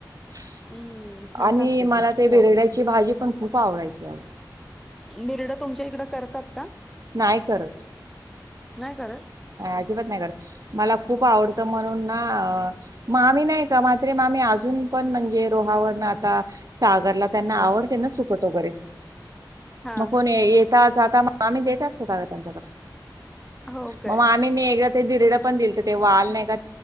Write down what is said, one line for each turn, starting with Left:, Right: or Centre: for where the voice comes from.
Right: स्
Centre: हम्म छान
Right: आणि
Centre: लागते
Right: मला
Centre: ती
Right: ते बेरड्याची
Centre: चवळीची
Right: भाजी पण खूप आवडायची
Centre: मिरडा तुमच्या इकड करतात का
Right: नाही करत
Centre: नाही करत
Right: अजिबात नाही करत, मला खूप आवडतं म्हणून ना अ.... मामी नाही का, म्हत्रे मामी अजून पण म्हणजे रोहावरन आता सागरला त्यांना आवड त्यांना सुकट वगैरे
Centre: हा
Right: मग कोण येता जाता मामी देत असतात ग त्यांच्याकडे.
Centre: हो काय
Right: मग मामी नी ना, एकदा ते बिरडं ही दिले होते ते वाल नाही का?